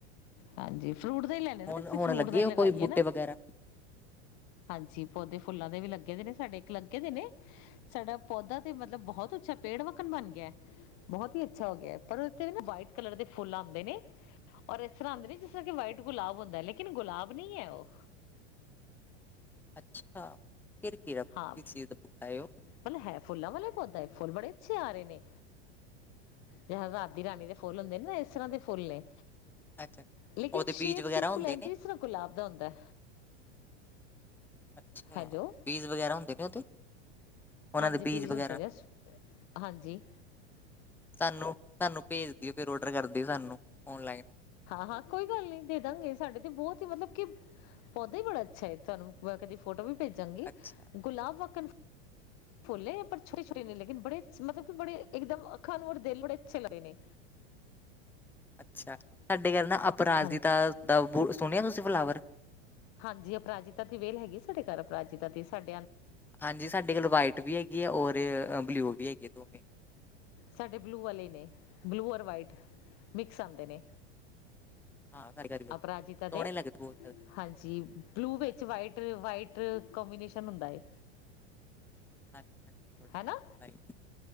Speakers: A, on the left (about 50°); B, in the centre.
A: ਹਾਂਜੀ ਫਰੂਟ ਦਾ ਹੀ ਲੈਣੇ ਨਾ
B: ਹੁਣ
A: ਤੁਸੀਂ
B: ਹੁਣ
A: ਫਰੂਟ
B: ਲੱਗੇ
A: ਦਾ ਹੀ
B: ਹੋ
A: ਲਗਾਈਏ
B: ਕੋਈ ਬੂਟੇ
A: ਨਾ
B: ਵਗੈਰਾ
A: ਹਾਂਜੀ ਪੌਦੇ ਫੁੱਲਾਂ ਦੇ ਵੀ ਲੱਗੇ ਦੇ ਨੇ ਸਾਡੇ ਇੱਕ ਲੱਗੇ ਦੇ ਨੇ ਸਾਡਾ ਪੌਦਾ ਤੇ ਮਤਲਬ ਬਹੁਤ ਅੱਛਾ ਪੇੜ ਵਕਣ ਬਣ ਗਿਆ ਏ ਬਹੁਤ ਹੀ ਅੱਛਾ ਹੋ ਗਿਆ ਏ ਪਰ ਉਥ ਨਾ ਵਾਈਟ ਕਲਰ ਦੇ ਫੁੱਲ ਆਉਂਦੇ ਨੇ ਔਰ ਸ ਤਰ੍ਹਾਂਂ ਨੀ ਜਿਸ ਤਰ੍ਹਾਂ ਵਾਈਟ ਗੁਲਾੱਬ ਹੁੰ ਲੇਕਿਨ ਗੁਲਾਬ ਨੀ ਹੈ ਉਹ
B: ਅੱਛਾ ਫਿਰ ਕੀ ਰੱਖ
A: ਹਾਂ
B: ਕਿਸ ਚੀਜ਼ ਦਾ ਬੂਟਾ ਹੈ ਉਹ
A: ਮਲਬ ਹੈ ਫੁੱਲਾਂ ਵਾਲਾ ਪੌਦਾ ਹੈ ਫੁੱਲ ਬੜੇ ਛੇ ਆ ਰਹੇ ਨੇ ਜ <unintelligible> ਰਾਤ ਦੀ ਰਾਣੀ ਦੇ ਫੁੱਲ ਹੁੰਦੇ ਨੇ ਨਾ ਇਸ ਤਰ੍ਹਾਂ ਦੇ ਫੁੱਲ ਨੇ
B: ਅੱਛਾ
A: ਲੇਕਿਨ
B: ਉਹਦੇ
A: ਸ਼ੇਪ
B: ਬੀਜ ਵਗੈਰਾ
A: ਬਿਲਕੁਲ
B: ਹੁੰਦੇ
A: ਇਂਝ
B: ਨੇ
A: ਸ ਤਰਾਂ ਗੁਲਾਬ ਦਾ ਹੁੰਦਾ
B: ਅੱਛਾ
A: ਹੈਲੋ
B: ਬੀਜ ਵਗੈਰਾ ਹੁੰਦੇ ਨੇ ਉਹਦੇ ਉਹਨਾਂ
A: ਹਾਂਜੀ
B: ਦੇ ਬੀਜ ਵਗੈਰਾ
A: ਹੁੰਦੇ ਨੇ ਹਾਂਜੀ
B: ਸਾਨੂੰ ਸਾਨੂੰ ਭੇਜਦੀਓ ਫਿਰ ਔਡਰ ਕਰ <unintelligible> ਸਾਨੂੰ ਔਨਲਾਈਨ
A: ਹਾਂ ਹਾਂ ਕੋਈ ਗੱਲ ਨੀ ਦੇ ਦਾਂਗੇ ਸਾਡੇ ਤੇ ਬਹੁਤ ਹੀ ਮਲਬ ਕਿ ਪੌਦਾ ਹੀ ਬੜਾ ਅੱਛਾ ਹੈ ਤੁਹਾਨੂੰ ਮ ਕਦੀ ਫੋਟੋ ਵੀ ਭੇਜਾਂਗੀ
B: ਅੱਛਾ
A: ਗੁਲਾਬ ਵਕਣ ਫੁੱਲੇ ਪਰ ਛੋਟੇ ਛੋਟੇ ਨੇ ਲੇ ਬੜ ਮਤਲਬ ਕਿ ਬੜੇ ਇੱਕ ਦਮ ਅੱਖਾਂ ਨੂੰ ਦੇਿਲ ਬੜੇ ਅੱਛੇ ਲੱਗਦੇ ਨੇ
B: ਅੱਛਾ ਸਾ ਡੇ ਕਰਨਾ ਅਪਰਾਜੀਤਾ
A: ਹਾਂਜੀ
B: ਦਾ ਬੂ ਸੁਣਿਆ ਤੁਸੀਂ ਫਲਾਵਰ
A: ਹਾਂਜੀ ਅਪਰਾਜਿਤਾ ਦੀ ਵੇਲ ਹੈਗੀ ਸਾਡੇ ਘਰ ਅਪਰਾਜਿਤਾ ਦੀ ਸਾਡ
B: ਹਾਂਜੀ ਸਾਡੇ ਕੋਲ ਵਾਈਟ ਵੀ ਹੈਗੀ ਹੈ ਔਰ ਬਲਿਊ ਪ ਗ ਤੋਂ <unintelligible>
A: ਸਾਡੇ ਬਲੂ ਵਾਲੇ ਨੇ ਬਲੂ ਔਰ ਵਾਈਟ ਮਿਕਸ ਆਂਦੇ ਨੇ
B: ਹਾਂ ਸਾਡੇ ਘਰ ਵੀ
A: ਅਪਰਾਜਿਤਾ ਦੇ
B: ਸੋਹਣੇ ਲੱਗਦੇ ਬਹੁਤ ਜ਼ਿਆਦਾ
A: ਹਾਂਜੀ ਬਲੂ ਵਿੱਚ
B: ਹਾਂਜੀ
A: ਵਾਈਟ ਵਾਈਟ ਕ ਕੰਬੀਨੇਸ਼ਨ ਹੁੰਦਾ ਏ
B: ਹਾਂਜੀ ਹਾਂਜੀ ਥੋੜ੍ਹਾ
A: ਹੈਨਾ
B: ਲਾਈ-